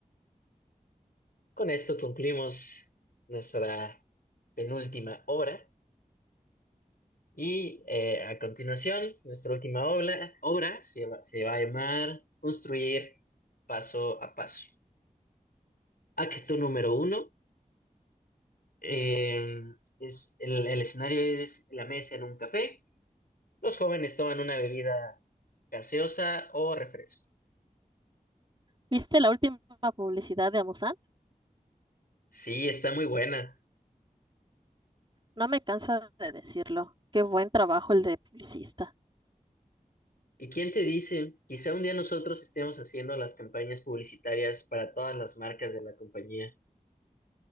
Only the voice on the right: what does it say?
¿Viste la última publicidad de Amusan?
No me canso de decirlo. Qué buen trabajo el de publicista.